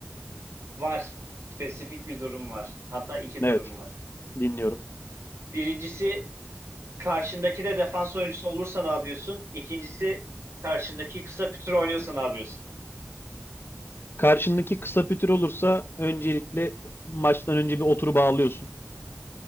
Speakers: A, on the right; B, on the left.
A: Var. Spesifik bir durum var. Hatta iki
B: Evet,
A: durum var.
B: dinliyorum.
A: Birincisi Karşındaki de defans oyuncusu olursa ne yapıyorsun? İkincisi karşındaki kısa pütür oynuyorsa ne yapıyorsun?
B: Karşındaki kısa pütür olursa öncelikle maçtan önce bir oturup ağlıyorsun.